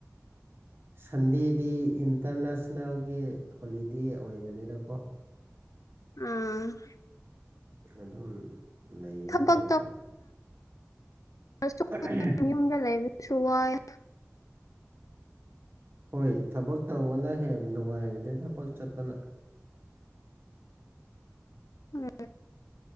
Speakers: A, on the right (about 45°); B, on the left (about 85°).
A: ꯁꯟꯗꯦꯗꯤ ꯏꯟꯇꯔꯅꯦꯁꯅꯦꯜꯒꯤ ꯍꯣꯂꯤꯗꯦ ꯑꯣꯏꯕꯅꯤꯅꯀꯣ
B: ꯎꯝ
A: ꯑꯗꯨꯝ ꯂꯩꯌꯦ
B: ꯊꯕꯛ
A: ꯍꯥꯏꯇꯥꯔꯦ
B: ꯑꯁ
A: <inaudible>
B: ꯌꯨꯝꯗ ꯂꯩꯕ ꯁꯨꯨ ꯋꯥꯏ
A: ꯍꯣꯏ ꯊꯕꯛ ꯇꯧꯕꯅ ꯍꯦꯟꯅ ꯅꯨꯡꯉꯥꯏꯕꯅꯦ ꯊꯕꯛ ꯆꯠꯄꯅ
B: ꯎꯝ